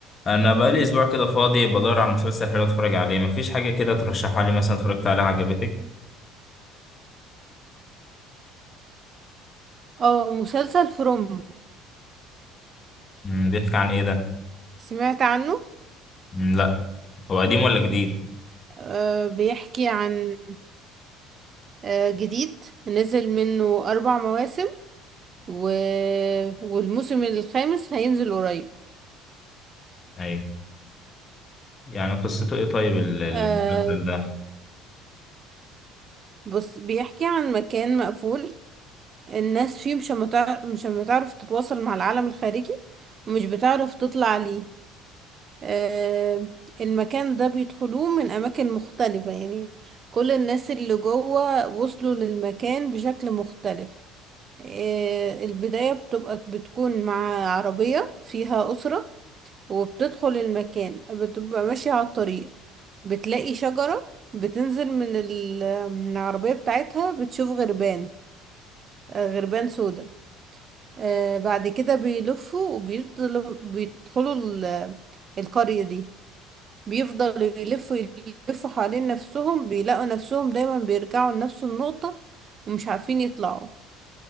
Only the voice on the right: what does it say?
اه مسلسل فروم
سمعت عنه
آه بيحكي عن آه جديد نزل منه أربع مواسم و... والموسم الخامس هينزل قريب
آه
بص بيحكي عن مكان مقفول الناس فيه مش متع... مش بتعرف تتواصل مع العالم الخارجي ومش بتعرف تطلع ليه آه المكان ده بيدخلوه من أماكن مختلفة يعني كل الناس اللي جوه وصلوا للمكان بشكل مختلف آه، البداية بتبقى بتكون مع عربية فيها أسرة وبتدخل المكان بتبقى ماشية على الطريق بتلاقي شجرة بتنزل من ال- من العربية بتاعتها بتشوف غربان آه، غربان سودا آه، بعد كده بيلفوا وبيدخلوا بيدخلوا ال- القرية دي بيفضلوا يلفوا يلفوا حوالين نفسهم بيلاقوا نفسهم دايما بيرجعوا لنفس النقطة ومش عارفين يطلعوا